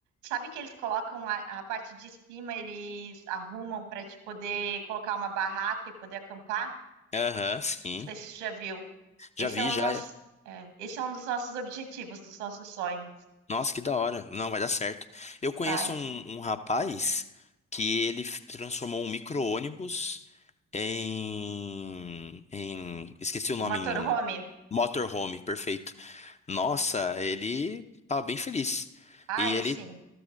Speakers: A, on the right; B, on the left.
A: Sabe que eles colocam a, a parte de cima, eles arrumam para te poder colocar uma barraca e poder acampar?
B: Aham, sim.
A: Não sei se você já viu. Esse
B: Já vi,
A: é o
B: já.
A: nosso, é, esse é um dos nossos objetivos, dos nossos sonhos.
B: Nossa, que da hora. Não, vai dar certo. Eu conheço
A: Vai.
B: um, um rapaz que ele f- transformou um micro-ônibus em, em... Esqueci o nome,
A: O motorhome.
B: em motorhome, perfeito. Nossa, ele tava bem feliz.
A: Ai,
B: E ele
A: assim,